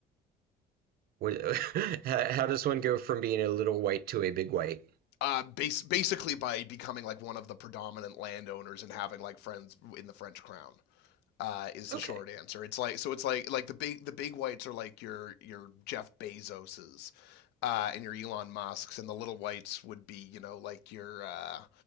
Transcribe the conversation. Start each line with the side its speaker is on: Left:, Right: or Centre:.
Right: What, <laughs> how, how does one go from being a little white to a big white?
Left: uh base basically by becoming like one of the predominant landowners and having like friends in the french crown uh, is the
Right: Okay.
Left: short answer. It's like so. It's like like the big the big whites are like your your Jeff Bezoses uh, and your Elon Musk's, and the little whites would be you know like your uh,